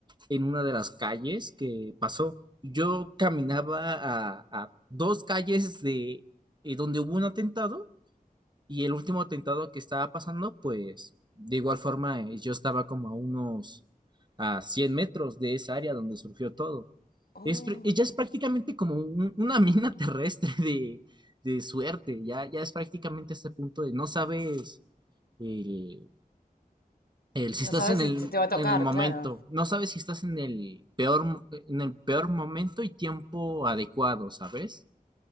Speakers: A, on the right; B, on the left.
A: en una de las calles que pasó. Yo caminaba a, a dos calles de eh, donde hubo un atentado y el último atentado que estaba pasando, pues de igual forma eh, yo estaba como a unos a 100 metros de esa área donde surgió todo.
B: Oh,
A: Es, pr- ya es prácticamente como un- una <laughs> mina terrestre de, de suerte, ya, ya es prácticamente este punto de no sabes el, el- si estás
B: No sabes
A: en el,
B: si te va a
A: en
B: tocar,
A: el momento,
B: claro.
A: no sabes si estás en el peor, mo- en el peor momento y tiempo adecuado, ¿sabes?